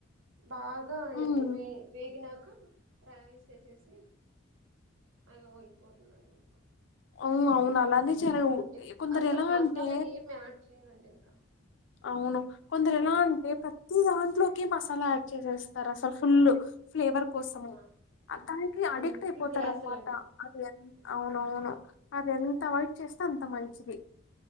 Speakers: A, on the right; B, on the left.
A: బాగా వ
B: ఉమ్
A: వేగిన టై వేసేసేసి అయో అయిపోతుందిం అక
B: అవును అవును అలానే చలా
A: ఎక్-
B: కొందరు
A: అసలు
B: ఎలా
A: మసాలా
B: అంటే
A: ఏమి యాడ్ చేయనండి ఇంకా
B: అవును కొందరలా
A: పల్వా
B: అంటే ప దాంట్లోకి మసాలా యాడ్ చేసేస్తారు అసలు ఫుల్ ఫ్లేవర్ కోసము
A: నా-
B: దానికి అడిక్ట్
A: అందుకే
B: అయిపోతారు
A: గ్యాసులండి
B: అనమాట అది ఎంత
A: ఆహా.
B: అవునవును అది ఎంత అవాయిడ్ చేస్తే అంత మంచిది